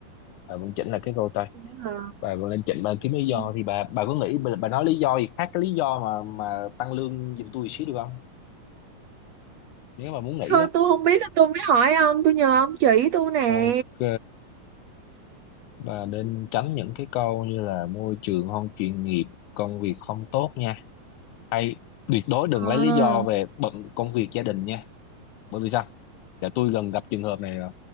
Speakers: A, on the left; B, on the right.
A: bà vẫn chỉnh lại cái câu tăng
B: vậy hả
A: bà mà lên trình bà kiếm lý
B: ừ.
A: do thì bà bà có nghĩ bà, bà nói lý do gì khác cái lý do mà mà tăng lương giùm tôi xíu được không nếu mà muốn nghĩ
B: Thôi,
A: đó
B: tôi không biết nên tôi mới hỏi ông tôi nhờ ông chỉ tôi nè
A: ok bà nên tránh những cái câu như là môi trường không chuyên nghiệp công việc không tốt nha hay tuyệt đối đừng
B: à
A: lấy lý do về bận công việc gia đình nha bởi vì sao dạ tôi gần gặp trường hợp này rồi